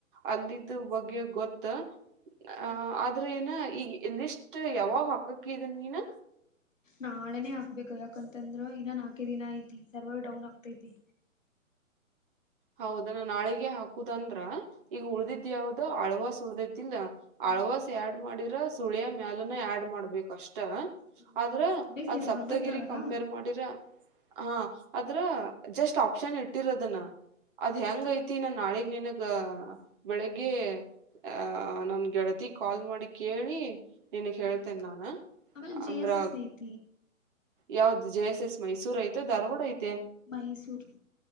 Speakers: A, on the right; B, on the left.
A: ಅಲ್ಲಿದ್ದ ಬಗ್ಗೆ ಗೊತ್ತ ಅ
B: ಹ್ಮ್
A: ಆದ್ರ ಏನ ಈಗ ಲಿಸ್ಟ್ ಯಾವಾಗ ಹಾಕಕ್ಕಿದನ್ ನೀನ
B: ನಾಳನೇ ಹಾಕ್ಬೇಕ ಯಾಕಂತಂದ್ರ ಇನ್ನ ನಾಲ್ಕೆ ದಿನ ಐತಿ ಸರ್ವರ್ ಡೌನ್ ಆಗ್ತೈತಿ
A: ಹೌದ ನ ನಾಳಿಗೆ ಹಾಕುದಂದ್ರ ಈಗ ಉಳ್ದಿದ
B: ಹ್ಮ್
A: ಯಾವವು್ದ ಅಳ್ವಸ್ ಉಳ್ದಿದ ಲ್ಲ
B: ಹ್ಮ್
A: ಅಳವಾಸ ಆ್ಯಡ್ ಮಾಡಿರ ಸುಳಿಯ ಮ್ಯಾಲನ ಆಡ್ ಮಾಡ್ಬೇಕಷ್ಟೆ
B: ಸುಳ್ಯ
A: ಆದ್ರ
B: ಮ್ಯಾಲಿ ಸಿದ್ಧಗಂಗಾ
A: ಅದ್ ಸಪ್ತಗಿರಿ
B: ತಾಳಗ
A: ಕಂಪೇರ್ ಮಾಡಿರ ಹಾ ಅದ್ರ ಜಸ್ಟ್ ಆಪ್ಷನ್ ಇಟ್ಟಿರೋದನ ಅದ್
B: ಹ್ಮ್
A: ಹೆಂಗ ಐತಿ ನಾ ನಾಳೆ ನಿನಗ ಬೆಳಿಗ್ಗೆ ಆಹ ನನ್ ಗೆಳತಿ ಕಾಲ್ ಮಾಡಿ ಕೇಳಿ ನಿನ್ಗ್ ಹೇಳ್ತೇನ್
B: ಹ್ಮ್
A: ನಾನ
B: ಆಮೇಲೆ ಜೆ
A: ಅಂದ್ರ
B: ಎಸ್ ಎಸ್ ಐತಿ
A: ಯಾವ್ದ ಜೆ ಎಸ್ ಎಸ್ ಮೈಸೂರ್ ಐತೆ ಧಾರವಾಡ ಐತೆ
B: ಮೈಸೂರು